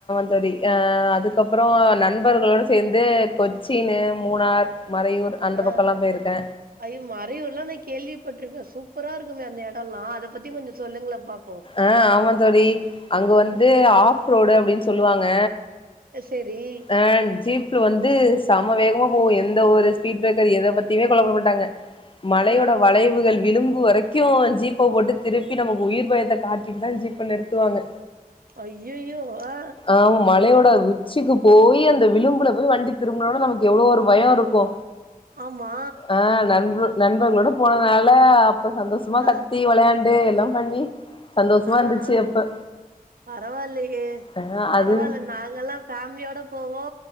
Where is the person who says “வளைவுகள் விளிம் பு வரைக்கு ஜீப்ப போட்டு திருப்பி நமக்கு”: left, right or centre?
Left